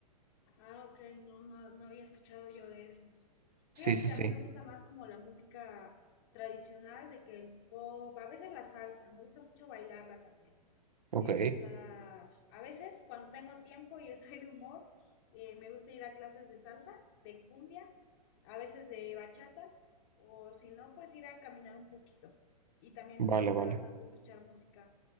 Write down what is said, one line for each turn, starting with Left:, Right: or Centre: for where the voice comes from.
Left: Ah, ok, no, no, no había escuchado yo de esos. Fíjate
Right: Sí, sí,
Left: que
Right: sí.
Left: a mí me gusta más como la música tradicional, de que el pop, a veces la salsa, me gusta mucho bailarla también.
Right: Ok.
Left: Me gusta, a veces cuando tengo tiempo y estoy de humor, eh, me gusta ir a clases de salsa, de cumbia, a veces de bachata, o si no, pues ir a caminar un poquito. Y también
Right: Vale,
Left: me gusta
Right: vale.
Left: bastante escuchar música.